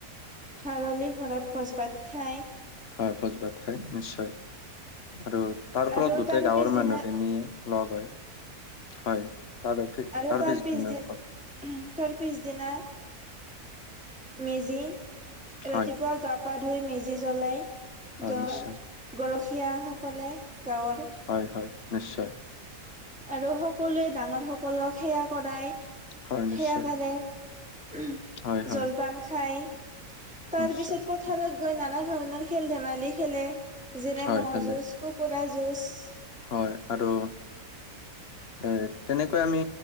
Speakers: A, in the centre; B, on the left.
A: খাৰলি ঘৰত ভোজ ভাত খায়।
B: হয় ভোজ ভাত খাই নিশ্চয় আৰু তাৰ ফলত
A: আৰু
B: গোটেই
A: তাৰে
B: গাঁৱৰ
A: পিছদিনা
B: মানুহখিনিয়ে লগ হয়। হয় ত
A: আৰু
B: তাৰ পিছ
A: পিছদিন
B: ধখ
A: তাৰ পিছদিনা মেজি ৰাতিপুৱা
B: হয়
A: গা পা ধুই মেজি জ্বলাই
B: হয়
A: গা
B: নিশ্চয়
A: গৰখীয়াসকলে গাঁৱৰ।
B: হয়, হয় নিশ্চয়।
A: আৰু সকলোৱে ডাঙৰ সকলক সেৱা কৰাই।
B: হয়
A: সেইয়া
B: নিশ্চয়
A: কাৰে
B: হয় হয়
A: জলপান খাই তাৰ
B: নিশ্চয়
A: পিছত পথাৰত গৈ নানা ধৰণৰ খেল ধেমালি খেলে। যেনে
B: হয়
A: ম'হ'
B: ভালে
A: যুঁজ, কুকুৰা যুঁজ।
B: হয় আৰু এ তেনেকৈ আমি